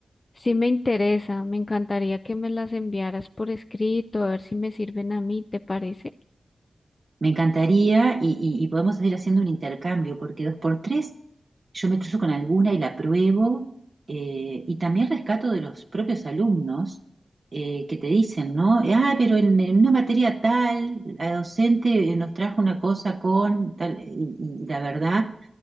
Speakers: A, on the left (about 40°); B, on the right (about 55°).
A: sí me interesa, me encantaría que me las enviaras por escrito, a ver si me sirven a mí, ¿te parece?
B: Me encantaría y, y- y podemos ir haciendo un intercambio, porque dos por tres yo me cruzo con alguna y la pruebo, eh, y también rescato de los propios alumnos eh, que te dicen, ¿no? Ah, pero en, en una materia tal, la docente eh, nos trajo una cosa con tal, y, y la verdad,